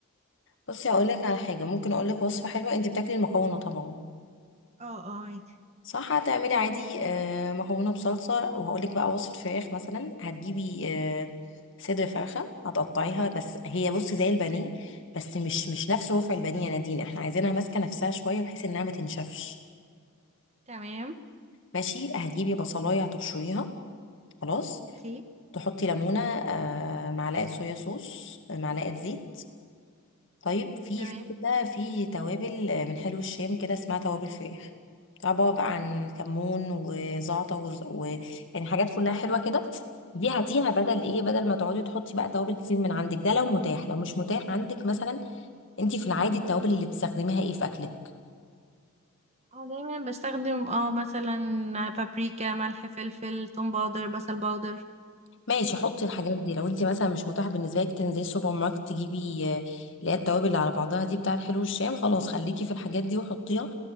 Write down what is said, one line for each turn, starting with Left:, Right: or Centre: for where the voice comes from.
Left: بصي اقول لك على حاجه ممكن اقول لك وصفه حلوه انت بتاكلي المكرونه طبعا
Right: اه اه عادي
Left: صح هتعملي عادي آه، مكرونه بصلصه وهقول لك بقى وصفه فراخ مثلا هتجيبي آه، صدر فرخه هتقطعيها بس هي بصي زي البانيه بس مش مش نفس رفع البانيه يا نادين احنا عايزينها ماسكه نفسها شويه بحيث انها ما تنشفش
Right: تمام
Left: ماشي هتجيبي بصلايه هتبشريها خلاص
Right: اوكي
Left: تحطي ليمونه آه، معلقه صويا صوص معلقه زيت طيب في
Right: تمام
Left: في كده في توابل آه، من حلو الشام كده اسمها توابل فراخ عبارة بقى عن كمون وزعتر وز- و... يعني حاجات كلها حلوة كده دي هاتيها بدل ايه بدل ما تقعدي تحطي بقى توابل كتير من عندك ده لو متاح لو مش متاح عندك مثلا انت في العادي التوابل اللي بتستخدميها ايه في اكلك
Right: اه دايما بستخدم اه مثلا بابريكا ملح فلفل توم باودر بصل باودر
Left: ماشي حطي الحاجات دي لو انت مثلا مش متاح بالنسبه لك تنزلي السوبر ماركت تجيبي آه، اللي هي التوابل اللي على بعضها دي بتاعت حلو الشام خلاص خليكي في الحاجات دي وحطيها